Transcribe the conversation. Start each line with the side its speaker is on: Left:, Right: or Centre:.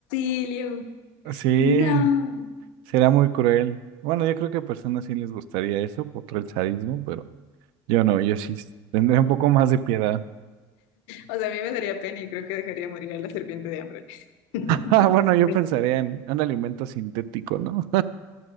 Left: avión,
Right: Sí,
Left: no.
Right: será muy cruel. Bueno, yo creo que a personas sí les gustaría eso por el sadismo, pero yo no, yo sí tendría un poco más de piedad. <laughs>
Left: O sea, a mí me daría pena y creo que dejaría morir a la serpiente de hambre. <laughs>
Right: Ah, bueno, yo pensaría en un alimento sintético, ¿no?